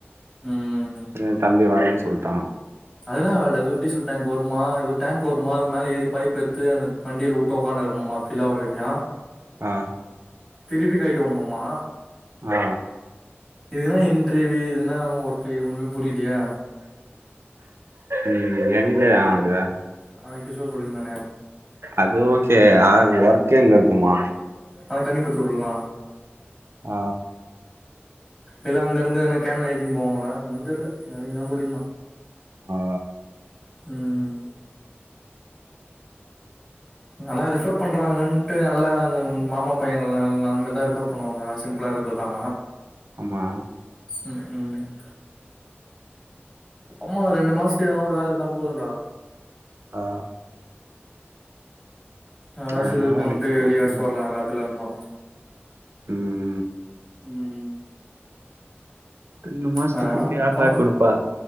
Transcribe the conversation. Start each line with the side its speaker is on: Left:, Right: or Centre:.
Left: ம்
Right: என் தம்பி வரலன்னு சொல்ட்டா
Left: அதுதா வேல ஏதோ டிசல் டேங்க் வருமா ஏதோ டேங்க் வருமா அது மேல ஏறி பைப் எடுத்து வண்டில உட்டு உக்காண்டு இருக்குணும்மா ஃபில்லாவுர வரிக்கு
Right: ஆ
Left: திருப்பி கயிட்டு உண்ணுமா
Right: ஆ
Left: இதுக்கு தா இன்ர்வியூ இதுன்னா ஒர்க்கு ஒண்ணுமே புரியிலியே
Right: ம் எங்கயா அது
Left: அவ கிஷோர் சொல்லியிருந்தானே
Right: அது ஓகே அ ஒர்க் எங்க இருக்குமா
Left: அது கனிம்பத்தூர்லதா <inaudible>
Right: ஆ
Left: இல்ல அங்க இருந்து என்ன கேன்ல ஏத்தினு போவாங்களா ஒன்னு தெரியல நவீன்தா சொல்லிருந்தா
Right: ஆ
Left: ம் இங்கெல்லா ரெஃபர் பண்றாங்கன்ட்டு நல்லா மாமா பைய நெலமைதா ரெஃபர் பண்ணுவாங்க சிம்பிளா இருந்ததா
Right: ஆமா
Left: ம் ம் அம்மா ரெண்டு மாசத்துக்கு எதனா ஒரு வேல இருந்தா போதுன்டா
Right: ஆ
Left: காசு
Right: ஏன்னா
Left: இது போட்டு
Right: வேலைக்கு
Left: வெளியேசு
Right: போறதுன்னு
Left: வரலா எல்லாத்துல இருந்து
Right: ம்
Left: ம்
Right: ரெண்டு மாஸ்த்துக்கு
Left: வேற எங்கனா
Right: இப்ப யார்டா
Left: பாக்கணு
Right: குடுப்பா